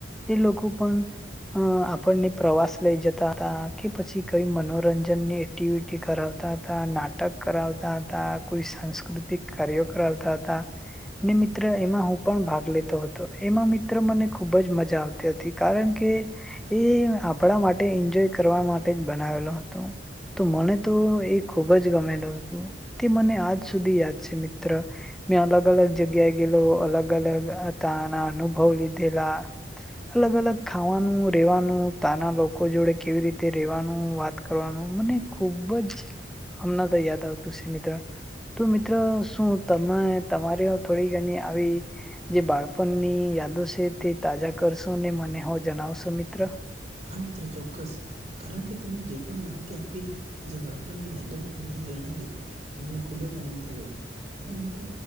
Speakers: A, in the centre; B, on the right (about 40°).
A: એ લોકો પણ અ આપણને પ્રવાસ લઈ જતા હતા કે પછી કઈ મનોરંજનની એક્ટિવિટી કરાવતા હતા નાટક કરાવતા હતા કોઈ સાંસ્કૃતિક કાર્યો કરાવતા હતા ને મિત્ર એમાં હું પણ ભાગ લેતો હતો એમાં મિત્ર મને ખુબ જ મજા જાવતી હતી કારણ કે એ આપણા માટે એન્જોય કરવા માટે જ બનાવેલો હતો તો મને તો એ ખૂબ જ ગમેલું હતું તે મને આજ સુધી યાદ છે મિત્ર મેં અલગ અલગ જગ્યાએ ગયેલો અલગ અલગ તાના અનુભવ લીધેલા અલગ અલગ ખાવાનું રેવાનું તાના લોકો જોડે કેવી રીતે રેવાનું વાત કરવાનું મને ખુબ જ હમણા તો યાદ આવતું શે મિત્ર
B: હમ્મ
A: મિત્ર તો શું તમે તમારે થોડી ઘણી આવી જે બાળપણની યાદો છે તે તાજા કરશો ને મને હો જણાવશો મિત્ર
B: હા મિત્ર ચોક્કસ કારણ કે તમે જે પણ માહિતી આપી જે વડપણની યાદો મને જણાવી મને ખુબ જ આનંદ થયો અને મિત્ર